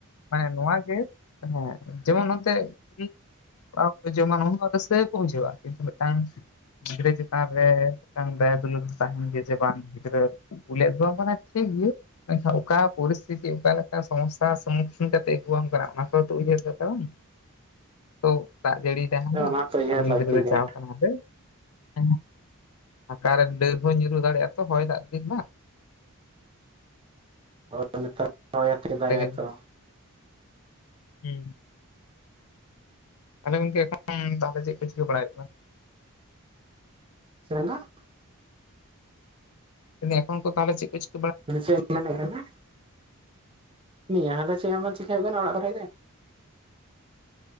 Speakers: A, on the left; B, on the right.
A: ᱢᱟᱱᱮ ᱱᱚᱣᱟᱜᱮ ᱮᱦᱮᱸ ᱡᱮᱢᱚᱱ ᱱᱚᱛᱮ ᱤ ᱚᱲᱟᱜ ᱦᱚᱲ ᱠᱚᱠᱚ ᱡᱚᱢᱟ ᱩᱱ ᱫᱚ ᱨᱟᱹᱥᱠᱟ ᱜᱮᱠᱚ ᱵᱩᱡᱷᱟᱹᱣᱟ᱾ ᱠᱤᱱᱛᱩ ᱢᱤᱫᱴᱟᱝ ᱜᱤᱫᱽᱨᱟᱹ ᱪᱮᱛᱟᱱ ᱨᱮ ᱢᱤᱫᱴᱟᱝ ᱫᱟᱭᱟ ᱫᱩᱞᱟᱹᱲ ᱛᱟᱦᱮᱸᱱ ᱜᱮᱭᱟ ᱡᱮ ᱵᱟᱝ ᱜᱤᱫᱽᱨᱟᱹ ᱩᱞᱮ ᱟᱜᱩᱣᱟᱢ᱾ ᱢᱟᱱᱮ ᱴᱷᱤᱠ ᱜᱮ, ᱢᱮᱱᱠᱷᱟᱱ ᱚᱠᱟ ᱯᱚᱨᱤᱥᱛᱷᱤᱛᱤ ᱚᱠᱟᱞᱮᱠᱟ ᱥᱚᱢᱚᱥᱥᱟ ᱥᱚᱢᱢᱩᱠᱷᱤᱱ ᱠᱟᱛᱮ ᱟᱹᱜᱩᱣᱟᱢ ᱠᱟᱱᱟ᱾ ᱚᱱᱟ ᱠᱚᱫᱚ ᱩᱭᱦᱟᱹᱨ ᱫᱟ ᱛᱚ ᱵᱟᱝ᱾ ᱛᱚ ᱫᱟᱜ ᱡᱟᱹᱲᱤᱭ ᱫᱟᱭ ᱦᱟᱸᱰᱮ
B: ᱦᱮᱸ ᱚᱱᱟ ᱦᱚᱸᱛᱚ ᱩᱭᱦᱟᱹᱨ
A: ᱟᱨ ᱩᱱᱤ
B: ᱞᱟᱹᱠᱛᱤ
A: ᱜᱤᱫᱽᱨᱟᱹ ᱫᱚᱭ
B: ᱠᱟᱱᱟ
A: ᱪᱟᱣ ᱠᱟᱱᱟᱭ ᱦᱟᱸᱰᱮ᱾ <unintelligible> ᱚᱠᱟᱨᱮ ᱰᱟᱹᱨ ᱠᱚ ᱧᱩᱨᱩ ᱫᱟᱲᱮᱭᱟᱜ-ᱟ, ᱛᱚ ᱦᱚᱭ ᱫᱟᱜ ᱫᱤᱱ ᱵᱟᱝ᱾
B: ᱦᱳᱭ ᱱᱮᱛᱟᱨ ᱦᱚᱭ ᱟᱛᱮ ᱫᱟᱜᱟᱭ
A: ᱚᱸᱰᱮᱜᱮ
B: ᱛᱚ
A: ᱦᱩᱸ, ᱛᱟᱦᱚᱞᱮ ᱜᱚᱢᱠᱮ ᱮᱠᱷᱚᱱ, ᱛᱟᱦᱚᱞᱮ ᱪᱮᱫ ᱠᱚ ᱪᱤᱠᱟ ᱵᱟᱲᱟᱭ ᱦᱩᱭᱚᱜ ᱠᱟᱱᱟ?
B: ᱪᱮᱫᱮᱢᱢᱮᱱᱫᱟ?
A: ᱮᱠᱷᱚᱱ ᱠᱷᱚ ᱛᱟᱦᱞᱮ ᱪᱮᱫ ᱯᱮ ᱪᱤᱠ?
B: ᱪᱮᱫ ᱢᱮᱱᱮᱜᱼᱮ ᱠᱟᱱᱟ? ᱱᱤᱭᱟ ᱫᱚ ᱪᱮᱫ ᱦᱚᱸ ᱵᱟᱝ ᱪᱤᱠᱟᱹᱭᱮᱫ ᱠᱟᱱᱟ, ᱚᱲᱟᱜ ᱠᱚᱨᱮ ᱜᱮ